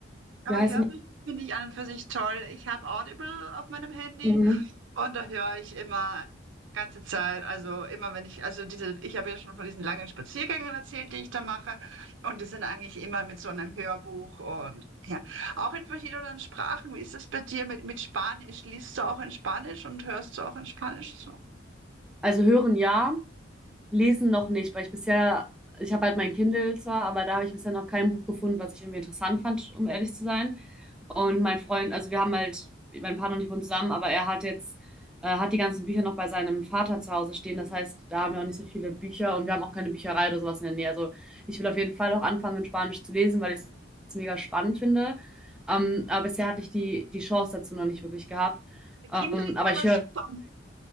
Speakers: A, on the right (about 80°); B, in the centre.
A: Aber
B: wie heißt
A: Hörbücher
B: denn?
A: finde ich an und für sich toll. Ich habe Audible auf meinem Handy
B: das? Mhm.
A: und da höre ich immer ganze Zeit. Also immer wenn ich, also diese, ich habe ja schon von diesen langen Spaziergängen erzählt, die ich da mache. Und die sind eigentlich immer mit so einem Hörbuch und ja, auch in verschiedenen Sprachen. Wie ist das bei dir mit, mit Spanisch? Liest du auch in Spanisch und hörst du auch in Spanisch so?
B: Also hören ja, lesen noch nicht, weil ich bisher, ich habe halt mein Kindle zwar, aber da habe ich bisher noch kein Buch gefunden, was ich irgendwie interessant fand, um ehrlich zu sein. Und mein Freund, also wir haben halt, mein Partner und ich wohnen zusammen, aber er hat jetzt, äh, hat die ganzen Bücher noch bei seinem Vater zu Hause stehen. Das heißt, da haben wir auch nicht so viele Bücher und wir haben auch keine Bücherei oder sowas in der Nähe. Also ich will auf jeden Fall auch anfangen, in Spanisch zu lesen, weil ich es mega spannend finde.
A: Ja,
B: Ähm, aber bisher hatte ich die, die Chance dazu noch nicht wirklich gehabt.
A: der Kindle
B: Ähm,
A: ist
B: aber
A: aber
B: ich höre,
A: super.